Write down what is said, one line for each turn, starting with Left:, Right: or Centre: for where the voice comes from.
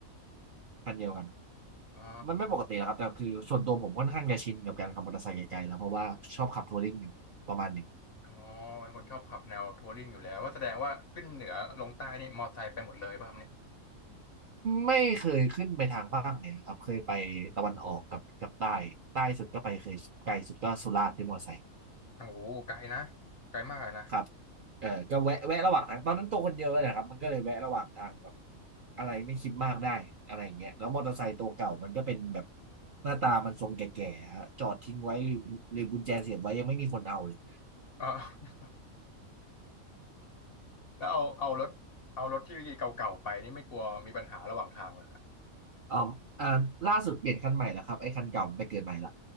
Right: คันเดียวกัน
Left: อ๋อ
Right: มันไม่ปกตินะครับแต่คือส่วนตัวผมค่อนข้างจะชินกับการขับมอเตอร์ไซค์ไกลๆแล้วเพราะว่าชอบขับทัวริงอยู่ประมาณหนึ่ง
Left: อ๋อเป็นคนชอบขับแนวทัวริงอยู่แล้วว่าแสดงว่าขึ้นเหนือลงใต้นี่มอไซค์ไปหมดเลยป่ะครับเนี่ย
Right: ไม่เคยขึ้นไปทางภาคเหนือครับเคยไปตะวันออกกับกับใต้ใต้สุดก็ไปเคยไกลสุดก็สุราษฎร์ด้วยมอเตอร์ไซค์
Left: โอ้โหไกลนะไกลมากอะนะ
Right: ครับ เออก็แวะแวะระหว่างทางตอนนั้นตัวคนเยอะนะครับมันก็เลยแวะระหว่างทางแบบอะไรไม่คิดมากได้อะไรอย่างเงี้ยแล้วมอเตอร์ไซค์ตัวเก่ามันก็เป็นแบบหน้าตามันทรงแก่ๆฮะจอดทิ้งไว้หรือหรือกุญแจเสียบไว้ยังไม่มีคนเอาเลย
Left: เออ <laughs> แล้วเอาเอารถเอารถที่เก่าๆไปนี่ไม่กลัวมีปัญหาระหว่างทางเหรอฮะ
Right: <laughs> อ๋ออ่าล่าสุดเปลี่ยนคันใหม่แล้วครับไอ้คันเก่ามันไปเกิดใหม่ละ